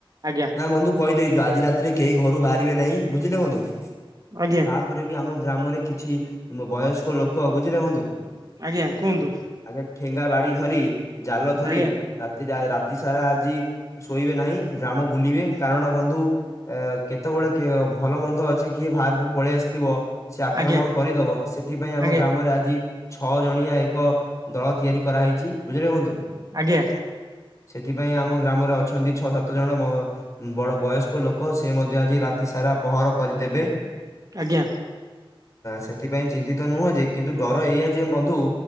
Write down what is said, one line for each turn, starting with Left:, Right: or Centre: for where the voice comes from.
Right: ଆଜ୍ଞା।
Left: ନା ବନ୍ଧୁ କହିଦେଇଛୁ ଆଜି ରାତିରେ କେହି ଘରୁ ବାହାରିବେ ନାହିଁ ବୁଝିଲେ ବନ୍ଧୁ ତା
Right: ଆଜ୍ଞା
Left: ତାପରେ ବି ଆମ ଗ୍ରାମରେ କିଛି ବୟସ୍କ ଲୋକ ବୁଝିଲେ ବନ୍ଧୁ।
Right: ଆଜ୍ଞା କୁହନ୍ତୁ।
Left: ଆଗେ ଠେଙ୍ଗା ବାଡି ଧରି ଜାଲ ଧରି
Right: ଆଜ୍ଞା
Left: ରାତିରେ ରାତିସାରା ଆଜି ଶୋଇବେ ନାହିଁ ଗ୍ରାମ ବୁଲିବେ କାରଣ ବନ୍ଧୁ। ଅ କେତେବେଳେ ଭଲ ମନ୍ଦ ଅଛି କିଏ ବାହାରକୁ ପଳେଇ ଆସି ଥିବ ସେ ଆକ୍ରମଣ
Right: ଆଜ୍ଞା
Left: କରିଦବ ସେଥିପାଇଁ ଆମ
Right: ଆଜ୍ଞା
Left: ଗ୍ରାମରେ ଆଜି ଛଅ ଜଣିଆ ଏକ ଦଳ ତିଆରି କରାହେଇଛି ବୁଝିଲେ ବନ୍ଧୁ।
Right: ଆଜ୍ଞା।
Left: ସେଥିପାଇଁ ଆମ ଗ୍ରାମରେ ଅଛନ୍ତି ଛଅ ସାତ ଜଣ ମ ବଡ ବୟସ୍କ ଲୋକ ସେ ମଧ୍ୟ ଆଜି ରାତି ସାରା ପହର କରିଦେବେ।
Right: ଆଜ୍ଞା।
Left: ସେଥିପାଇଁ ଚିନ୍ତିତ ନୁହଁ ଯେ କିନ୍ତୁ ଡର ଏଇଆ ଯେ ବନ୍ଧୁ।